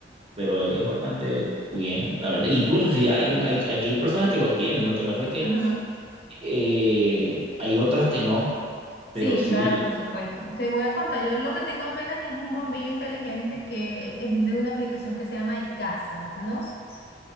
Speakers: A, on the right; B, on the left.
A: pero es bastante bien, la verdad. Incluso si hay, hay, hay- aquí hay personas que lo tienen, lo que pasa es que
B: ajá.
A: eh, hay otras que no,
B: Sí,
A: pero sí,
B: claro, por supuesto. Te voy a contar, yo lo que tengo apenas es un bombillo inteligente que es de una aplicación que se llama Ecasa, ¿la conoces?